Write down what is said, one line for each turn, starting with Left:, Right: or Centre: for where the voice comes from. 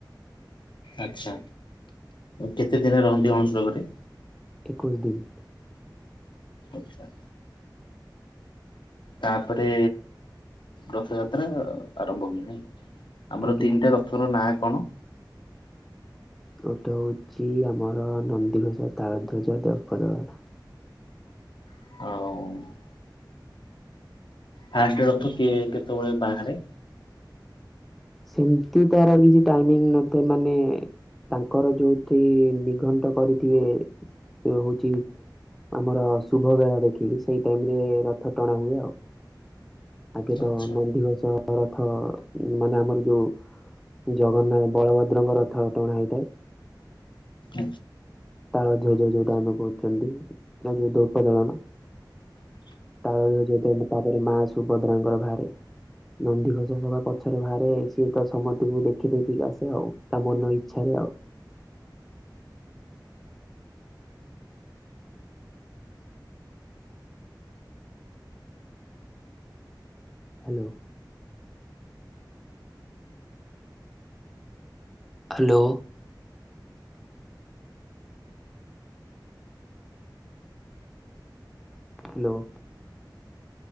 Left: ଆଛା, କେତେ ଦିନି ରହନ୍ତି ଅଣସର ଘରେ?
Centre: ଏକୋଇଶ ଦିନ୍।
Left: ଆଚ୍ଛା। ତାପରେ ରଥଯାତ୍ରା ଆରମ୍ଭ ହୁଏ ନାଇଁ? ଆମର
Centre: ଆଜ୍ଞା।
Left: ତିନିଟା ରଥ ର ନାଁ କଣ?
Centre: ଗୋଟେ ହେଉଛି ଆମର ନନ୍ଦିଘୋଷ, ତାଳଧ୍ୱଜ, ଦେବଦଳନ।
Left: ହଉ। ଫାଷ୍ଟ ରଥ କିଏ କେତେବେଳେ ବାହାରେ?
Centre: ସେମିତି ତାର କିଛି ଟାଇମିଂ ନ ଥାଏ ମାନେ ତାଙ୍କର ଯୋଉଠି ନିଘଣ୍ଟ କରିଥିବେ ହଉଛି ଆମର ଶୁଭ ବେଳା ଦେଖିକି ସେଇ ଟାଇମ ରେ ରଥ ଟଣା ହୁଏ ଆଉ। ଆଗେ ତ
Left: ଆଚ୍ଛା।
Centre: ନନ୍ଦିଘୋଷ ରଥ ମାନେ ଆମର ଯୋଉ ଜଗନ୍ନାଥ ବଳଭଦ୍ରଙ୍କ ରଥ ଟଣା ହେଇଥାଏ।
Left: ଆଚ୍ଛା।
Centre: ତାଳଧ୍ଵଜ ଯୋଉଟା ଆମେ କହୁଛନ୍ତି ନା ଯୋଉ ଦର୍ପଦଳନ। ତାଳଧ୍ଵଜ ତାପରେ ମା ସୁଭଦ୍ରାଙ୍କର ବାହାରେ। ନନ୍ଦିଘୋଷ ସବା ପଛରେ ବାହାରେ ସିଏ ତ ସମସ୍ତଙ୍କୁ ଦେଖି ଦେଖିକି ଆସେ ଆଉ ତା ମନ ଇଚ୍ଛାରେ ଆଉ। ହ୍ୟାଲୋ? ହ୍ୟାଲୋ? ହ୍ୟାଲୋ?